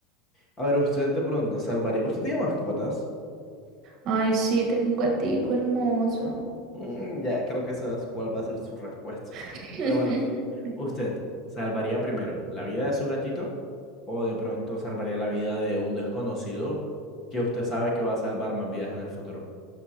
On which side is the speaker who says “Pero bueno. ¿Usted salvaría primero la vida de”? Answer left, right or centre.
Left